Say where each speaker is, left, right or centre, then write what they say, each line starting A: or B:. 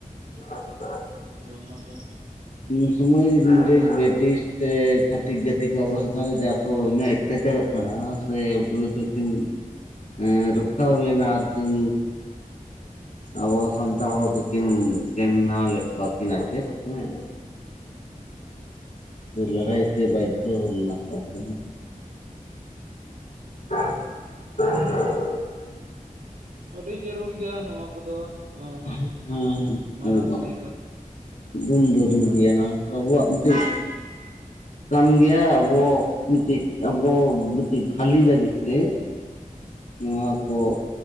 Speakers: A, on the left; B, on the right.
A: <inaudible>
B: ᱟᱫᱚ ᱚᱱᱟᱛᱮ
A: ᱩᱱ ᱥᱚᱢᱚᱭ <unintelligible> ᱥᱮ ᱪᱷᱟᱛᱤᱠ ᱡᱟ. ᱛᱤ ᱠᱚ ᱟᱵᱚ ᱱᱚᱣᱟ ᱫᱚ ᱡᱟ ᱠᱚ ᱩᱱᱟᱹᱭ ᱚᱛᱛᱟᱪᱟᱨᱚᱜ ᱠᱟᱱᱟ ᱥᱮ ᱵᱩᱨᱩ ᱫᱚᱠᱷᱤᱱ ᱦᱮᱸ ᱨᱚᱠᱷᱟᱣ ᱞᱮᱱᱟ ᱟᱨ ᱠᱤᱱ ᱟᱵᱚ ᱥᱟᱱᱛᱟᱲ ᱦᱚᱲ ᱠᱚ ᱠᱤᱱ ᱪᱮᱝᱜᱷᱟᱣ ᱞᱮᱫ ᱠᱚᱣᱟᱠᱤᱱ ᱟᱨ ᱪᱮᱫ ᱦᱮᱸ। ᱞᱟ‌. ᱲᱦᱟ. ᱭ ᱛᱮ ᱵᱟᱫᱫᱷᱚ ᱞᱮᱱᱟ ᱠᱚ ᱟᱨ ᱪᱮᱫ ᱦᱮᱥᱮ <inaudible>
B: ᱟᱹᱰᱤ ᱡᱟᱹᱨᱩᱲ ᱜᱮᱭᱟ ᱱᱚᱣᱟ ᱠᱚᱫᱚ। ᱦᱚᱸ
A: ᱦᱮᱸ
B: ᱢᱟᱱᱟᱣ
A: ᱦᱮᱸ ᱮᱜᱫᱚᱢ
B: ᱤᱫᱤ ᱫᱚ
A: ᱮᱠᱫᱚᱢ ᱡᱩᱨᱩᱨ
B: ᱦᱮᱸ
A: ᱜᱮᱭᱟ ᱱᱚ ᱱᱚᱣᱟ ᱫᱚ ᱟᱵᱚᱣᱟᱜ ᱢᱤᱫᱴᱤᱡ ᱛᱟᱱ ᱜᱮᱭᱟ ᱟᱵᱚ ᱢᱤᱫᱴᱤᱡ ᱟᱵᱚ ᱢᱤᱫᱴᱤᱡ ᱵᱷᱟᱹᱞᱤ ᱞᱟᱹᱜᱤᱫ ᱛᱮ। ᱱᱚᱣᱟ ᱠᱚ